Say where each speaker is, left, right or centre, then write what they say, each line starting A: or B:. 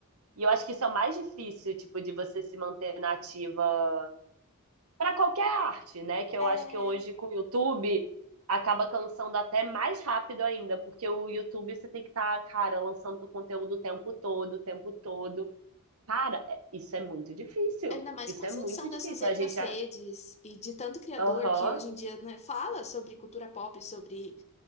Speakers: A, on the right; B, on the left.
A: E eu acho que isso é o mais difícil, tipo, de você se manter nativa para qualquer arte, né? Que eu
B: é.
A: acho que hoje com o YouTube acaba cansando até mais rápido ainda, porque o YouTube você tem que estar, cara, lançando conteúdo o tempo todo, o tempo todo. Cara, é- isso é muito difícil.
B: Ainda mais
A: Isso
B: com a
A: é
B: ascensão
A: muito
B: dessas
A: difícil.
B: outras
A: A gente,
B: redes
A: ah,
B: e de tanto criador
A: aham.
B: que hoje em dia, né, fala sobre cultura pop, sobre